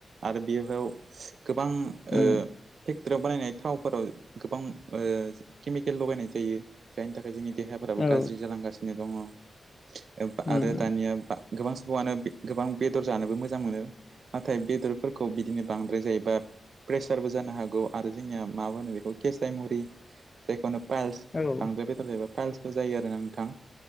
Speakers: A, on the right (about 70°); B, on the left (about 45°).
A: आरो बेहयाव गोबां ओ
B: उम
A: फेक्टरयाव बानायनाय थावफोराव गोबां ओ केमिकेल लगायनाय जायो जायनि थाखाय जोंनि देहाफोराबो
B: औ
A: गाज्रि जालांगासिनो दङ। ओ
B: उम
A: आरो दानिया बा गोबां सुबुङानो गोबां बे-बेदर जानोबो मोजां मोनो नाथाय बेदरफोरखौ बिदिनो बांद्राय जायोबा प्रेसारबो जानो हागौ आरो जोंनिया मा होनो बेखौ केसाय मुरि जेखुनु पाइल्स
B: औ
A: बांद्राय बेदर जायोबा पाइल्सफोर जायो आरो ना नोंथां।